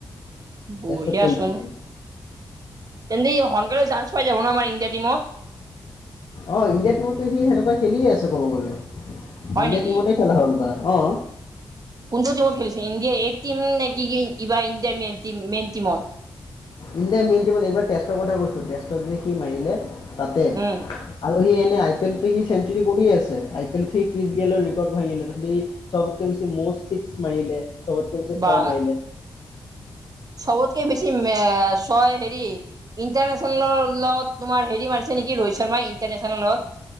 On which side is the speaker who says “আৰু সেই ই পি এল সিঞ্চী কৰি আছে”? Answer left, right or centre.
Left